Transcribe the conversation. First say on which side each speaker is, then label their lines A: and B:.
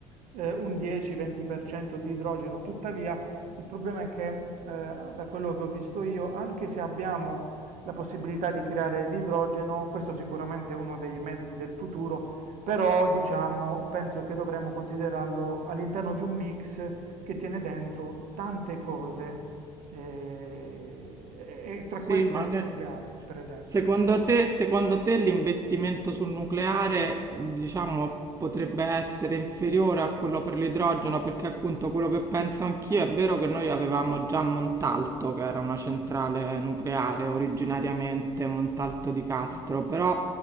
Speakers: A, on the right; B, on the right.
A: eh, un 10-20% di idrogeno. Tuttavia, il problema è che, eh, da quello che ho visto io, anche se abbiamo la possibilità di creare l'idrogeno, questo sicuramente è uno dei mezzi del futuro però, diciamo, penso che dovremmo considerarlo all'interno di un mix che tiene dentro tante cose, eh, e tra
B: Sì,
A: queste
B: ma
A: il
B: ne-
A: nucleare, per esempio.
B: secondo te, secondo te l'investimento sul nucleare, diciamo, potrebbe essere inferiore a quello per l'idrogeno? Perché appunto quello che penso anch'io è vero che noi avevamo già Montalto, che era una centrale nucleare originariamente, Montalto di Castro,
A: Sì.
B: però